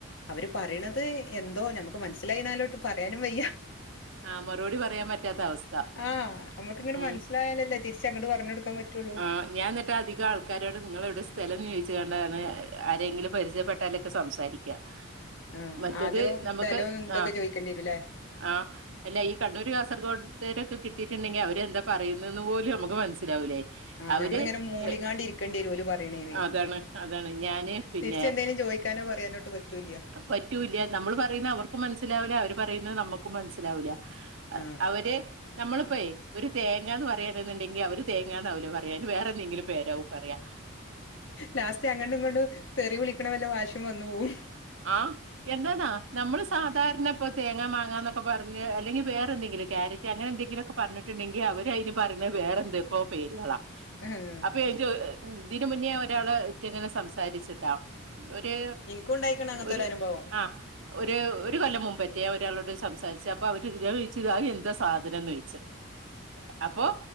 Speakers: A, on the left; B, on the right.
A: അവര്
B: ഉം,
A: പറയണെ അത് എന്തോ ഞമുക്ക് മനസ്സിലായിന്നാലൊട്ട് പറയാനും വയ്യ
B: ആ മറുപടി പറയാൻ പറ്റാത്ത അവസ്ഥ
A: ആ നമ്മുക്കിങ്ങനെ
B: ഉം
A: മനസ്സിലായാലല്ലേ തിരിച്ച് അങ്ങട്ട് പറഞ് കെടുക്കൻ പറ്റുള്ളൂ
B: ആഹ് ഞാൻ എന്നിട്ട് അധികം ആൾക്കാരോട് നിങ്ങള് എവിടെ സ്ഥലന്ന് ചോയ്ച്ചെങ്ങാണ്ടാണ് ആരെങ്കിലും പരിചയപ്പെട്ടാലൊക്കെ സംസാരിക്കുക
A: ആ
B: മറ്റത്
A: ആദ്യവും
B: നമുക്ക്
A: സ്ഥലവും ഇതൊക്കെ
B: ആഹ്
A: ചോദിക്കേണ്ടിരൂല്ലേ
B: ആഹ് അല്ല ഈ കണ്ണൂര് കാസർഗോഡ് ത്തെരൊക്കെ കിട്ടിയിട്ടുണ്ടെങ്കില് അവര് എന്താ പറയുന്നേന്ന് പോലും നമുക്ക് മനസ്സിലാവൂലേ
A: ആഹ്
B: അവര്
A: ഞമ്മളിങ്ങനനെ മൂളിങ്ങാണ്ടിരിക്കേണ്ടി
B: ഏ,
A: വരും ഓല് പറയണേന്
B: അതാണ് അതാണ് ഞാന് പിന്നെ
A: തിരിച്ചെന്തേലും ചോദിക്കാനോ പറയാനോട്ട് പറ്റൂല്ല
B: പറ്റൂല്ല നമ്മള് പറയുന്ന അവർക്കും മനസ്സിലാവില്ല അവര് പറയുന്നത് നമ്മുക്കും മനസ്സിലാവില്ല
A: ആഹ്
B: അവര് നമ്മളിപ്പോയെ ഒരു തേങ്ങന്ന് പറയാണെന്നുണ്ടെങ്കിൽ അവര് തേ ങ്ങാന്നാവില്ലേ പറയാ അയിന് വേറെന്തെങ്കിലും പേരാവും പറയ
A: ലാസ്റ്റ് അങ്ങോട്ടും ഇങ്ങൊട്ടും തെറി വിളിക്കണ വല്ല ഭാഷേവന്നു പോകും
B: ആഹ് എന്തോന്നാ നമ്മള് സാധാരണ ഇപ്പം തേങ്ങാ മാങ്ങാന്നൊക്കെ പറഞ്ഞ് അല്ലെങ്കിൽ വേറെന്തെങ്കിലും ക്യാരറ്റ് അങ്ങനെ എന്തെങ്കിലൊക്കെ പറഞ്ഞിട്ടുണ്ടെങ്കിൽ അവര് അതിന് പറയാണത് വേറെ എന്തൊക്കോ പേരുകളാ
A: ആഹ്
B: അപ്പൊ ഇതിന് മുന്നേ ഒരാള് ആയിറ്റ് ഇങ്ങനെ സംസാരിച്ചുട്ടെ ഒരു
A: ഇനിക്കും ഉണ്ടായിക്കണ് അങ്ങനത്തെ
B: ഒരു
A: അനുഭവം
B: ആഹ് ഒരു ഒരു കൊല്ലം മുന്പേറ്റേ ഒരാളോട് സംസാരിച്ച അപ്പൊ അവര് ചോയ്ച്ച അയ് എന്താ സാധനം എന്ന് ചോദിച്ചു അപ്പോ